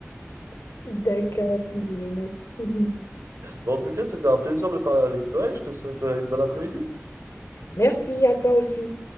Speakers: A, on the left (about 75°); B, on the right (about 80°).
A: <laughs> d'accord, je le note. <laughs> Mhm.
B: Bon, en tout cas, c'était un plaisir de parler avec toi, et je te souhaite euh, une bonne après-midi.
A: Merci à toi aussi.